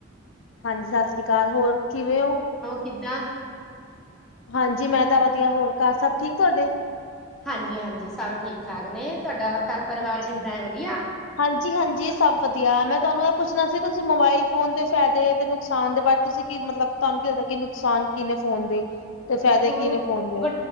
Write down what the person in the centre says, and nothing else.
ਕਿਿੱਦਾਂ
ਹਾਂਜੀ ਹਾਂਜੀ ਸਭ ਠੀਕ ਠਾਕ ਨੇ ਤੁਹਾਡਾ ਘਰ ਪਰਿਵਾਰ
ਕਿੱਦਾਂ ਹੈ ਵਧੀਆ।
ਦੇਖੋ
ਵ